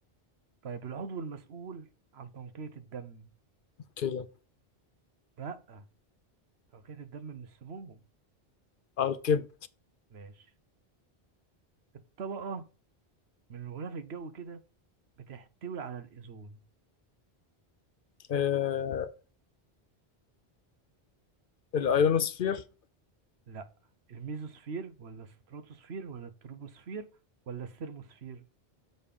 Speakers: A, on the right; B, on the left.
A: طيب العضو المسؤول عن تنقية الدم
B: كده
A: لا تنقية الدم من السموم
B: اه الكب
A: ماشي الطبقة من الغلاف الجوي كده بتحتوي على الأوزون
B: آه الايونوسفير
A: لا الميزوسفير ولا الستراتوسفير ولا التروبوسفير ولا الثرموسفير